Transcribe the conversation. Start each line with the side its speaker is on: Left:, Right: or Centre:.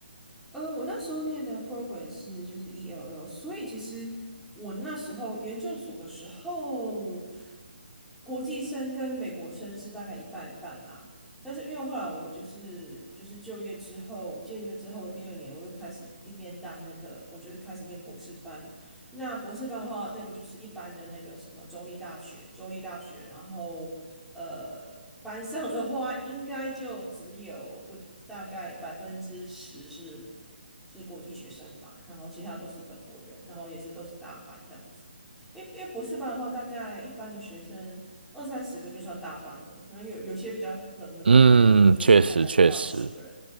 Centre: 呃，我那时候念的 program 是就是 ELL，所以其实我那时候研究所的时候，国际生跟美国生是大概一半一半啦。但是因为后来我就是就是就业之后，就业之后第二年我就开始一边当那个，我就开始念博士班，那博士班的话，那个就是一般的那个什么州立大学，州立大学，然后呃，班上的话应该就只有不大概百分之十是是国际学生吧，然后其他都是本国人，然后也是都是大班这样子。因为因为博士班的话，大概一般的学生二三十个就算大班了，然后有有些比较冷门的课，
Right: 嗯，
Centre: 可能就是大概不到十个人。
Right: 确实确实，